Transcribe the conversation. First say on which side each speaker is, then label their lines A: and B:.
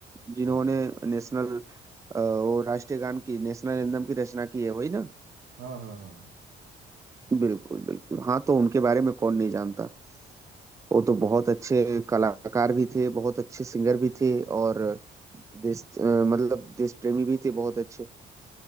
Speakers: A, on the right; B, on the right.
A: जिन्होंने
B: हाँ
A: नेशनल अ, वो राष्ट्रीय गान की नेशनल एंथम की रचना की है वही ना
B: हाँ हाँ हाँ
A: बिल्कुल बिल्कुल हाँ तो उनके बारे में कौन नहीं जानता वो तो बहुत अच्छे कलाकार भी थे बहुत अच्छे सिंगर भी थे और देश अ, मतलब देश प्रेमी भी थे बहुत अच्छे